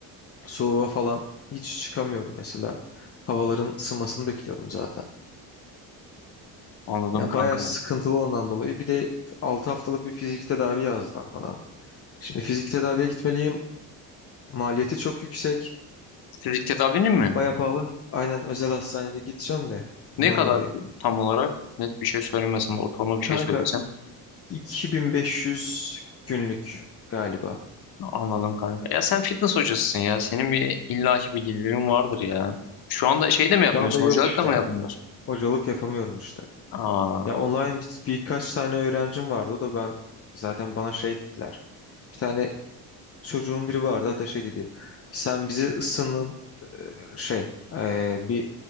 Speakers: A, on the left; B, on the left.
A: Soğuğa falan hiç çıkamıyorum mesela. Havaların ısınmasını bekliyorum zaten.
B: Anladım
A: Yani
B: kanka.
A: bayağı sıkıntılı ondan dolayı. Bir de 6 haftalık bir fizik tedavi yazdılar bana. Şimdi fizik tedaviye gitmeliyim. Maliyeti çok yüksek.
B: Fizik tedavinin mi?
A: Bayağı pahalı. Aynen özel hastanede gideceğim de ondan
B: Ne kadar
A: dolayı.
B: tam olarak? Net bir şey söylemesen de ortalama bir şey
A: Kanka
B: söylesen.
A: 2500 günlük galiba.
B: Anladım kanka. Ya sen fitness hocasısın ya. Senin bir illaki bir gelirin vardır ya. Şu anda şey de
A: Şu
B: mi yapmıyorsun?
A: anda yok
B: Hocalık
A: işte
B: da mı
A: mesela.
B: yapmıyorsun?
A: Hocalık yapamıyorum işte.
B: Aa,
A: Ya online bir- birkaç tane öğrencim vardı. O da ben zaten bana şey dediler. Bir tane çocuğun biri vardı hatta şey dedi. Sen bizi ısının şey eee, bir